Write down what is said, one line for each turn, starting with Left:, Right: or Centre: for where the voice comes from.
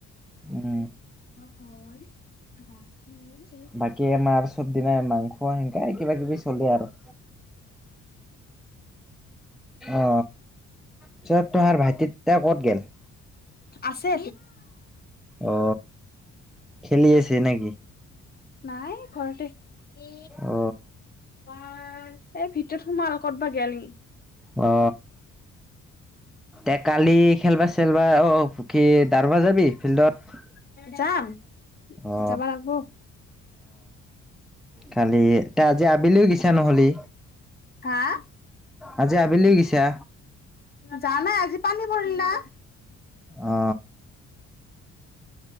Centre: উম,
Left: হয় বাকী।
Centre: বাকী আমাৰ চব দিনাই মাংস হেঙকাই কিবা কিবি চলে আৰু অ পিচত তুহাৰ ভাইটিতা ক'ত গে'ল,
Left: আছে
Centre: অ খেলি আছে নেকি।
Left: নাই ঘৰতে এ
Centre: অ
Left: ভ এতিয়া সোমাল ক'তব গেল।
Centre: অ এ কালি খেলিবা চেলিবা অ পখি দাৰব যাবি ফিল্ডত,
Left: যাম
Centre: অ
Left: যাব লাগিব।
Centre: খালি এতিয়া আজি আবেলিও গৈছা নহ'লে
Left: হা
Centre: আজি আবিলিও গৈছা।
Left: যা নাই আজি পানী পৰিল না।
Centre: অ